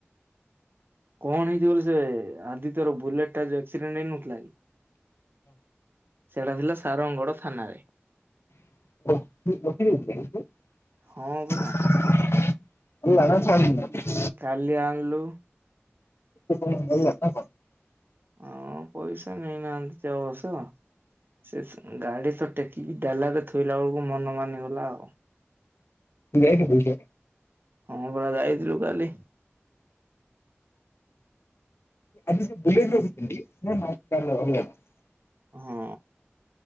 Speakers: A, on the right; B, on the left.
A: କଣ ହେଇଥିବ ବୋଲି ସେ ଆଦିତ୍ୟର ବୁଲେଟ୍ ଟା ଯୋଉ ଆକ୍ସିଡେଣ୍ଟ୍ ହେଇନଥିଲା କି। ସେଟା ଥିଲା ସାରଙ୍ଗଗଡ ଥାନାରେ।
B: <inaudible>
A: ହଁ
B: <inaudible>
A: ପରା କାଲି ଆଣିଲୁ।
B: <inaudible>
A: ହଁ ପଇସା ନେଇନାହାନ୍ତି ଯେ ଅବଶ୍ଯ। ସେ ଗାଡି ତ ଟେକିକି ଡାଲା ରେ ଥୋଇଲା ବେଳକୁ ମନ ମାନିଗଲା ଆଉ।
B: ଯାଇଛି।
A: ହଁ ପରା ଯାଇଥିଲୁ କାଲି।
B: <unintelligible>
A: ହଁ